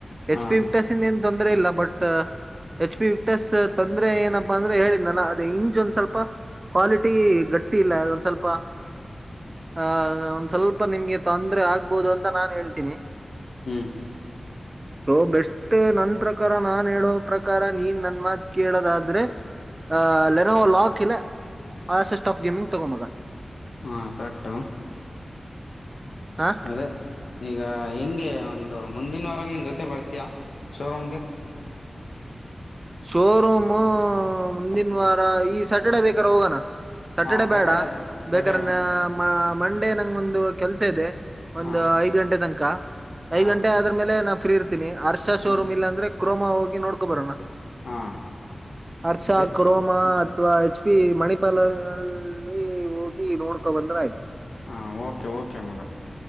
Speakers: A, on the right; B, on the left.
A: ಎಚ್
B: ಹಾಂ
A: ಪಿಕ್ಟಸನ್ ಏನು ತೊಂದರೆ ಇಲ್ಲ ಬಟ್ ಎಚ್ ಪಿ ವಕ್ಟೆಸ್ ತೊಂದ್ರೆ ಏನಪ್ಪಾ ಅಂದ್ರೆ ಹೇಳಿದ ನಾನ ಅದ ಇಂಜ್ ಒಂದ್ ಸ್ವಲ್ಪ ಕ್ವಾಲಿಟಿ ಗಟ್ಟಿ ಇಲ್ಲ ಒಂದ್ ಸ್ವಲ್ಪ ಆಹ ಒಂದ್ ಸ್ವಲ್ಪ ನಿಮ್ಗೆ ತೊಂದ್ರೆ ಆಗ್ಬಹುದು ಅಂತ ನಾನ್ ಹೇಳ್ತೀನಿ
B: ಹ್ಮ್
A: ಸೊ ಬೆಸ್ಟ್ ನನ್ ಪ್ರಕಾರ ನಾನ್ ಹೇಳೋ ಪ್ರಕಾರ ನೀನ್ ನನ್ ಮಾತ್ು ಕೇಳೋದಾದ್ರೆ ಆ್ ಲೆನೋವ ಲಾಕ್ ಇಲ್ಲ ಆಸೆಸ್ಟ್ ಆಫ್ ಗೇಮಿಂಗ್ ತಗೊ ಮಗ
B: ಹಾ ಕರೆಕ್ಟು
A: ಹಾ
B: ಅದೇ ಈಗ ಹೆಂಗೆ ಒಂದು ಮುಂದಿನ ವಾರ ನನ್ ಜೊತೆ ಬರ್ತಯಾ ಶೋರೂಮ್ಗೆ
A: ಶೋರೂಮ್ ಮುಂದಿನ ವಾರ ಈ ಸ್ಯಾಟರ್ಡೆೇ ಬೇಕಾರ ಹೋಗೋಣ ಸಟರ್ಡೆ
B: ಹಾ ಸ್ಯಾಟರ್ಡೆ
A: ಬೇಡ
B: ಬ ಸ್ಯಾಟರ್ಡೆ
A: ಬೇಕಾರೆ್ರ ನ ಮಂಡೇ ನಂಗ ಒಂದು ಕೆಲ್ಸ ಇದೆ ಒಂದು
B: ಹಾಂ
A: ಐದ್ ಗಂಟೆ ತನಕ
B: ಹಾಂ
A: ಐದ್ ಗಂಟೆ ಆದ್ರ ಮೇಲೆ ನ ಇರ್ತನಿ ಹರ್ಷಾ ಶೋರೂಮ
B: ಹ್ಞೂ
A: ಇಲ್ಲ ಅಂದ್ರೆ ಕ್ರೋಮ ಹೋಗಿ ನೋಡ್ಕೊ ಬರೋಣ
B: ಹಾಂ
A: ಹರ್ಷ
B: ಬೆಸ್ಟ್
A: ಕ್ರೋಮಾ
B: ಓಕೆ
A: ಅಥವಾ ಎಚ್ ಮಣಿಪಾಲನಲ್ಲಿ ಹೋಗಿ ನೋಡ್ಕೊ ಬಂದ್ರ ಆಯ್ತು
B: ಹಾ ಓಕೆ ಓಕೆಮ್ಮಗ